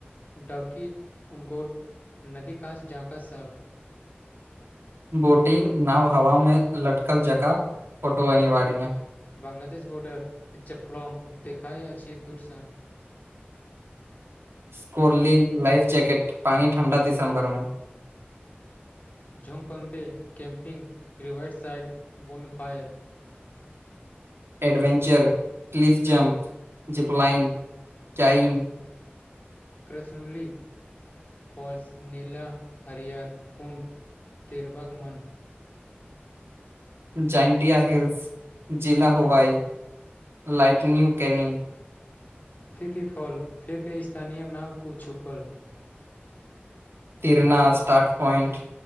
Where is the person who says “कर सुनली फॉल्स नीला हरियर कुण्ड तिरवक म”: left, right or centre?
Left